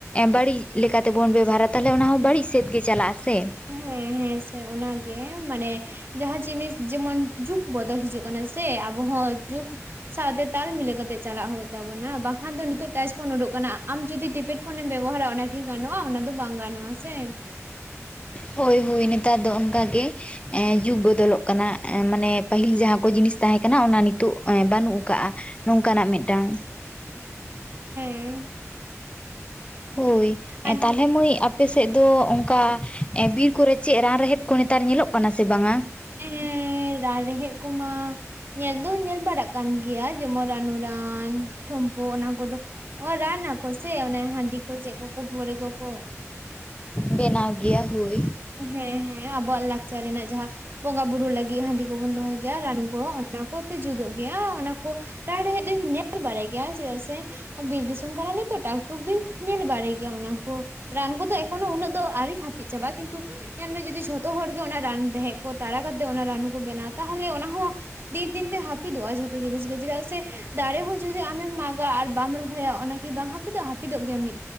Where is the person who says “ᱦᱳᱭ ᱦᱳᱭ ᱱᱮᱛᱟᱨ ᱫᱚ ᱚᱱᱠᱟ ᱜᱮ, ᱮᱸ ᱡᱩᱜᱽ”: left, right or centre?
Left